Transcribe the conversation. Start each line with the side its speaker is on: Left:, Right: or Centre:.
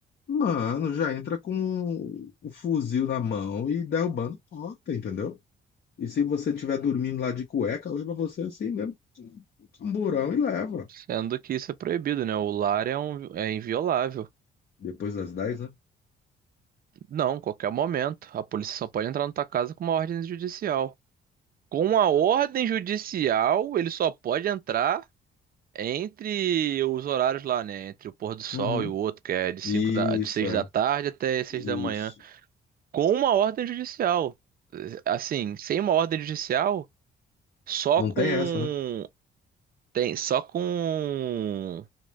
Left: mano, já entra com o fuzil na mão e derrubando porta, entendeu? E se você estiver dormindo lá de cueca, leva você assim mesmo, um camburão e leva.
Right: Sendo que isso é proibido, né? O lar é, um, é inviolável.
Left: Depois das dez né?
Right: Não, qualquer momento. A polícia só pode entrar na tua casa com uma ordem judicial. Com a ordem judicial, ele só pode entrar entre os horários lá, né? Entre o pôr do sol
Left: Uhum.
Right: e o outro, que é de cinco
Left: Isso,
Right: da, de 6
Left: é.
Right: da tarde até seis
Left: Isso.
Right: da manhã. Com uma ordem judicial. Assim, sem uma ordem judicial, só
Left: Não
Right: com.
Left: tem essa, né?
Right: Tem, só com